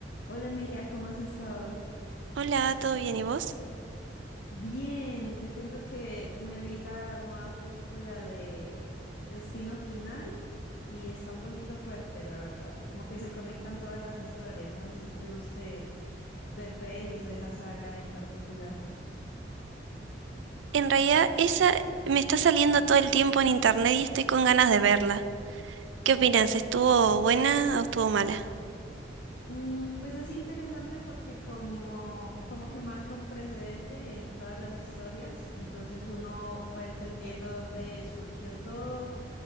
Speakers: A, on the left; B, on the right.
A: Hola Emilia, ¿cómo has estado?
B: Hola, ¿todo bien? ¿Y vos?
A: Bien, te cuento que me vi la nueva película de Destino Final y está un poquito fuerte, la verdad. Como que se conectan todas las historias. No sé si te guste ver pelis o esa saga en particular.
B: En realidad, esa me está saliendo todo el tiempo en internet y estoy con ganas de verla. ¿Qué opinas? ¿Estuvo buena o estuvo mala?
A: Mm, pues es interesante porque como, como que marca un precedente en todas las historias y entonces uno va entendiendo dónde surgió todo